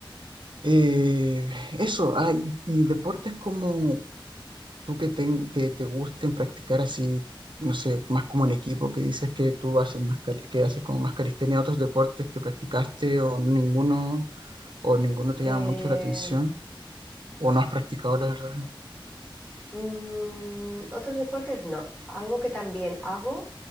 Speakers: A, on the right; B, on the left.
A: Eh, eso, hay, y deportes como tú que te, que te gusten practicar así, no sé, más como en equipo, que dices que tú haces más, cal- que haces como más calistenia, otros deportes que practicaste o ninguno, o ninguno te
B: Eh,
A: llama mucho la atención, o no has practicado, la verdad.
B: mm, otros deportes no. Algo que también hago